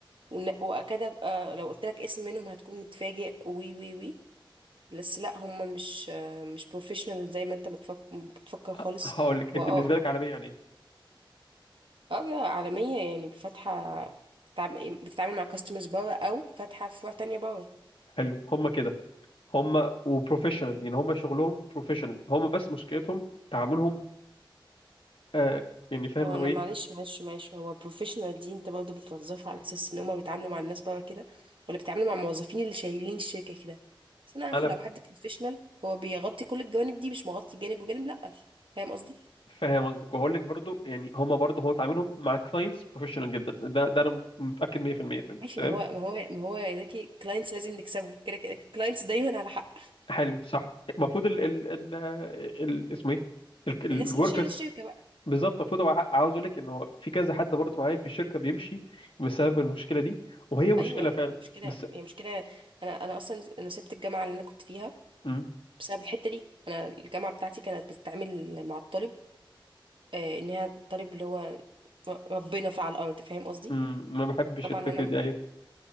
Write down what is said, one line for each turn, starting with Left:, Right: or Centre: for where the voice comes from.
Right: ون- واكاد ابقى لو قلت لك اسم منهم هتكون متفاجئ وي وي وي بس لا هم مش مش بروفيشنال زي ما انت متفك- بتفكر خالص
Left: أ- هقول لك
Right: واه
Left: انت بالنسبه لك عالميه يعني ايه
Right: اه عالمية يعني فاتحة بتتعامل بتتعامل مع كاستمرز بره او فاتحة فروع تانية بره
Left: حلو هم كده هم وبروفيشنال يعني هم شغلهم بروفيشنال هم بس مشكلتهم تعاملهم آه يعني فاهم
Right: ما
Left: اللي
Right: هو انا
Left: هو ايه
Right: معلش معلش معلش هو بروفيشنال دي انت برضه بتوظفها على اساس ان هم بيتعاملوا مع الناس بره كده ولا بيتعاملوا مع الموظفين اللي شايلين الشركة كده بس انا عارف
Left: انا
Right: لو حد بروفيشنال هو بيغطي كل الجوانب دي مش مغطي جانب وجانب لا فاهم قصدي
Left: فاهم قصدك وهقول لك برضو يعني هم برضو هو تعاملهم مع كلاينتس بروفيشنال جدا ده ده انا متاكد 100% منه
Right: ماشي
Left: تمام
Right: ما هو ما هو ما هو يا زكي كلاينتس لازم نكسبه كده كده كلاينتس دايما على حق
Left: حلو صح المفروض ال ال ال ال- اسمه ايه الوركرز
Right: الناس اللي شايله الشركه بقى
Left: بالظبط المفروض هو حق- عاوز اقول لك انه في كذا حد برضه معايا في الشركه بيمشي بسبب المشكله دي وهي مشكله
Right: ايوه يعني
Left: فعلا
Right: مشكله
Left: بس
Right: هي مشكله انا انا اصلا انا سبت الجامعه اللي انا كنت فيها
Left: مم.
Right: بسبب الحته دي انا الجامعه بتاعتي كانت بتتعامل مع الطالب آه ان هي الطالب اللي هو ربنا في على الارض فاهم قصدي
Left: مم. ما بحبش
Right: طبعا
Left: الفكره
Right: انا
Left: دي ايوه